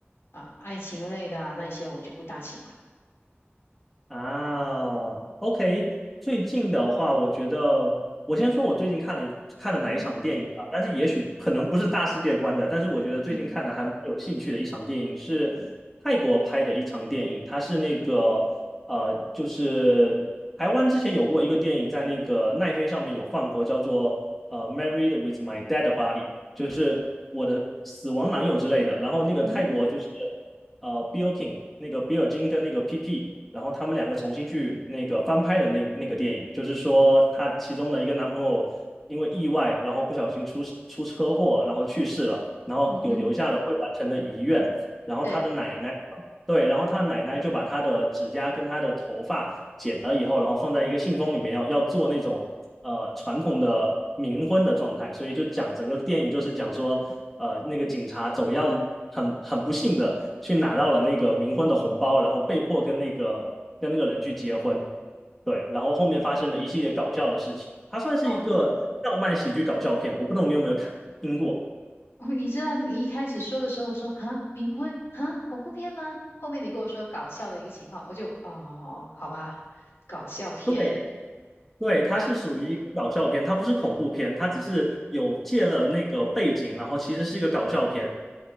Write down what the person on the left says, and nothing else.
啊爱情类的啊那些我就不大喜欢。
嗯哼。
嗯
嗯哼，
嗯哼，
对
哦，
你知道你一开始说的时候，我说哈冥婚哈恐怖片吗？后面你跟我说搞笑的一个情况，我就哦好吧，搞笑片
那